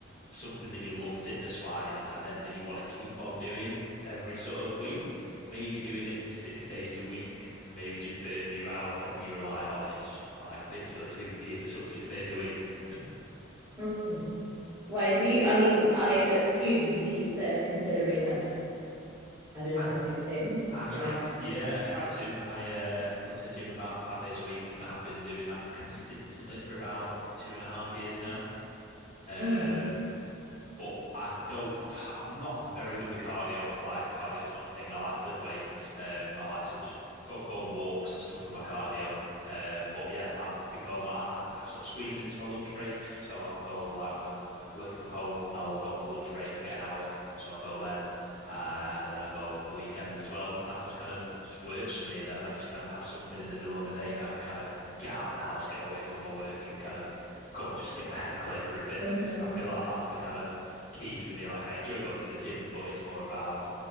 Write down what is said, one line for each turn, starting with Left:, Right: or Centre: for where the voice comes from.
Left: something that you love fitness wise and then that you want to keep on doing every sort of week, maybe doing it six days a week, maybe just burned you out and you were like, oh, this is just like ridiculous. Who can keep this up six days a week?
Right: Mhm. Why do you, I mean, I assume you keep fit considering that's, I don't
Left: I,
Right: know if that's your thing,
Left: I
Right: but
Left: try
Right: like,
Left: to, yeah, I try to. I uh, go to the gym about five days a week and I have been doing that consistently for about two and a half years now. Um,
Right: mm,
Left: but I don't. I'm not very good with cardio. Like cardio's not my thing. I like to lift weights. Um, I like to just go go on walks and stuff for my cardio. Um, but yeah, I've been going like I, I sort of squeeze it into my lunch breaks. So I'll go like when I'm working from home, I'll go on my lunch break. I get an hour, so I'll go then. Uh, and then I go at the weekends as well, and that just kind of just works for me. Then I just kind of have something in the middle of my day that I can kind of get out of the house, get away from my work, and kind of go and just get my head clear for a bit.
Right: yeah.
Left: And it's, I feel like that's the kind of key for me. Like I enjoy going to the gym, but it's more about